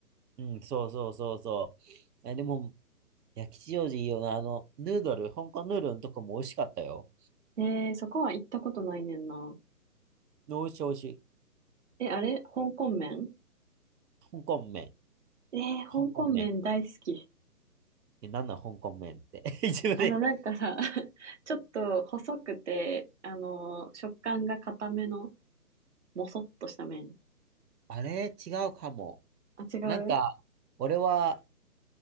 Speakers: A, on the right; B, on the right.
A: うん、そうそうそうそう。え、でも、いや、吉祥寺いいよな。あの、ヌードル、香港ヌードルのとこも美味しかったよ。
B: えー、そこは行ったことないねんな。
A: 美味しい美味しい。
B: え、あれ香港麺
A: 香港麺。
B: えー、香港麺大好き。
A: 香港麺。え、なんなん香港麺って。<laughs> 自分で。
B: あの、なんかさ、<laughs> ちょっと細くて、あの、食感が固めの、もそっとした麺。
A: あれ違うかも。
B: あ、違う
A: なんか、俺は、